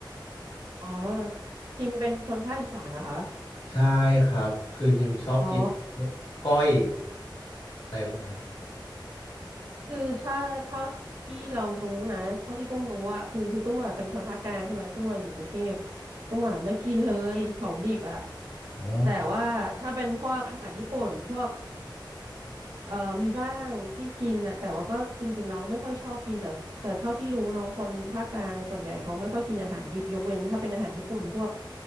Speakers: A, on the right (about 70°); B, on the left (about 85°).
A: อ๋อฮิมเป็นคนภาคอีสานนะคะ
B: ใช่ครับคือฮิมชอบกินพวกก้อย
A: อ๋อ
B: อะไรพวกเนี้ยครับ
A: คือถ้าถ้าที่เรารู้นะ เท่าที่ตุ้มรู้อะคือคือตุ้มอะเป็นคนภาคกลางใช่ไหม ตุ้มอะอยู่กรุงเทพตุ้มอะไม่กินเลยของดิบอะ
B: อ๋อ
A: แต่ว่าถ้าเป็นพวกอาหารญี่ปุ่นพวกเอ่อมีบ้างที่กินอะแต่ว่าก็จริงๆเราก็ไม่ค่อยชอบกินแต่แต่เท่าที่รู้เนาะคนภาคกลางส่วนใหญ่เขาไม่ค่อยกินอาหารดิบยกเว้นถ้าเป็นอาหารญี่ปุ่นพวก